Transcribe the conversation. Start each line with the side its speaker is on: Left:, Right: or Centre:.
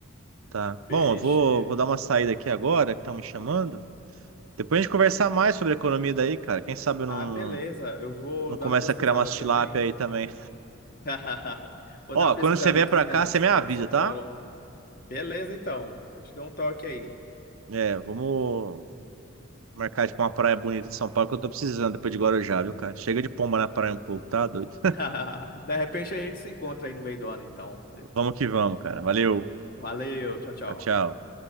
Right: Tá.
Left: peixe.
Right: Bom, eu vou, vou dar uma saída aqui agora, que estão me chamando. Depois a gente conversar mais sobre a economia daí, cara. Quem sabe eu
Left: Ah,
Right: não,
Left: beleza. Eu vou
Right: não
Left: dar
Right: começa
Left: uma pesquisada
Right: a criar umas tilápia
Left: também.
Right: aí também.
Left: <laughs> Vou
Right: Ó,
Left: dar uma pesquisada
Right: quando você vier
Left: aqui
Right: pra
Left: na
Right: cá, você
Left: cidade
Right: me avisa,
Left: de São
Right: tá?
Left: Paulo. Beleza, então. Vou te dar um toque aí.
Right: É, vamos, Marcar, tipo, uma praia bonita de São Paulo que eu tô precisando depois de Guarujá, viu, cara? Chega de pomba na praia um pouco, tá doido?
Left: <laughs> De repente a gente se encontra aí no meio do ano, então.
Right: <laughs> Vamos que vamos, cara. Valeu.
Left: Valeu, tchau, tchau.
Right: Tchau, tchau.